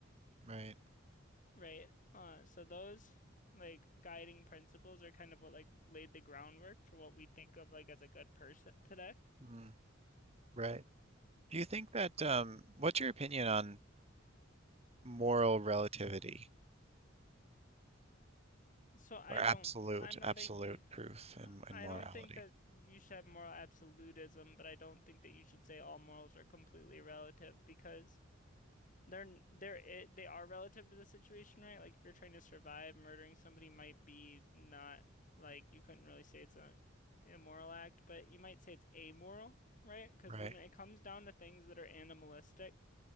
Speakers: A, on the right (about 30°); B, on the left (about 40°).
A: Right.
B: Right. Uh, so those like guiding principles are kind of what like laid the groundwork for what we think of like as a good person today.
A: Mm. Right. Do you think that um what's your opinion on moral relativity
B: So I
A: or absolute
B: don't, I'm not
A: absolute
B: a huge,
A: truth and, and
B: I
A: morality?
B: don't think that you should have moral absolutism, but I don't think that you should say all morals are completely relative because They're they're it, they are relative to the situation, right? Like if you're trying to survive, murdering somebody might be not like you couldn't really say it's a immoral act, but you might say it's amoral, right? Because
A: Hmm. Right.
B: when it comes down to things that are animalistic,